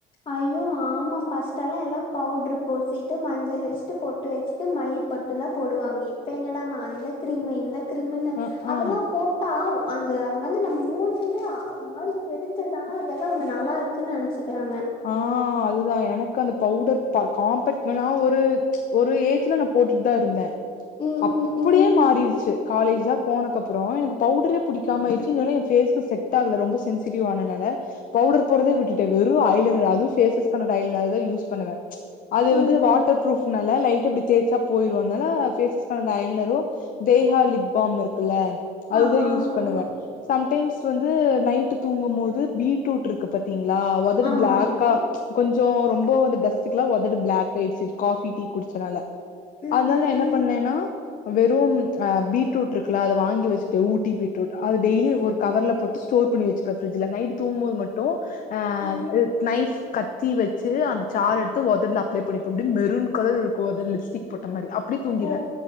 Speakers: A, on the left (about 30°); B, on the left (about 50°).
A: ஐயோ ஆமா ஃபர்ஸ்ட்ல்லா எல்லா பவுடரு பூசிட்டு மஞ்சள் வெச்சுட்டு பொட்டு வெச்சுட்டு மை பொட்டுதா போடுவாங்க இப்ப என்னடானா அந்த க்ரீம் இந்த க் க்ரீம்னு
B: அ
A: அதெல்லா
B: ஆ
A: போட்டா அந்த அது வந்து நம்ம மூஞ்சவே ஒரு மாதிரி கெடுத்துருது ஆனா அதெல்லா அவுங்க நல்லா இருக்குன்னு நெனைச்சுக்கறாங்க
B: ஆஹ் அதுதா எனக்கு அந்த பவுடர் காம்பக்ட் நா ஒரு ஒரு ஏஜ்ல நா போட்டுட்டு தா இருந்தே
A: ம்
B: அப்புடியே
A: ம் ம்
B: மாறிடுச்சு காலேஜ்லா போனக்கப்புறோ எனக்கு பவுடரே பிடிக்காம ஆயிடுச்சு இன்னொன்னு என் ஃபேஷ்க்கு செட் ஆகல ரொம்ப சென்சிடிவ் ஆனனால பவுடர் போடறதே விட்டுட்டே வெறு ஐ லைனர் அது ஃபேஸஸ்கனடா ஐலைனர்தா யூஸ் பண்ணுவே அது
A: ஓஹோ
B: வந்து வாட்டர் புரூஃப்னால லை இப்டி தேய்ச்சா போயிரு அதனால ஃபேஸஸ்கனடா ஐலைனரு தேஹா லிப் பாம் இருக்குல்ல அதுதா
A: ஆமா
B: யூஸ்
A: ஆமா ஆமா
B: பண்ணுவே சம் டைம்ஸ் வந்து நைட் தூங்கும் போது பீட்ரூட் இருக்கு பாத்தீங்களா
A: ஆமா
B: பிளாக்கா
A: ஆமா
B: கொஞ் கொஞ்ச ரொம்போ அந்த டஸ்ட்டுக்கு எல்லா ஒதடு பிளாக் ஆயிச்சி இப்ப காஃபி டீ குடிச்சனால
A: ம்
B: அதனால
A: ம்
B: என்ன
A: ம்
B: பண்ணேன்னா வெறும் ஆஹ் பீட்ரூட் இருக்குல்லா அது வாங்கி வச்சுக்கிட்டு ஊட்டி பீட்ரூட் அது டெய்லி ஒரு கவர்ல போட்டு ஸ்டோர் பண்ணி வச்சுப்பே ஃபிரிட்ஜ்ல நைட் தூங்கும்போது மட்டு ஆஹ்
A: ம்
B: இ நைஃப் கத்தி வச்சு அந்த சாறு எடுத்து ஒதட்ல அப்ளை பண்ணிப்பே அப்டியே மெருன் கலர்ல இருக்கு ஒதடு அப்டியே லிப்ஸ்டிக் போட்ட மாரி அப்டியே தூங்கிருவே
A: ஓ